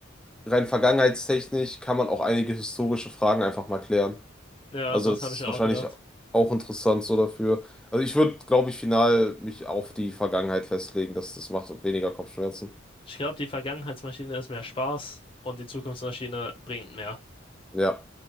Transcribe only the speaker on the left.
Ja,
das
habe
ich mir
auch gedacht.
Ich glaube, die Vergangenheitsmaschine ist mehr Spaß und die Zukunftsmaschine bringt mehr.